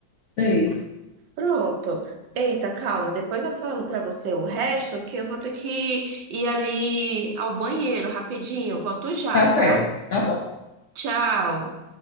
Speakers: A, on the left; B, on the right.
A: sei.
B: Pronto. Eita, calma. Depois eu falo pra você o resto, que eu vou ter que ir ali ao banheiro rapidinho. Volto já,
A: Tá
B: tá?
A: certo, tá bom.
B: Tchau.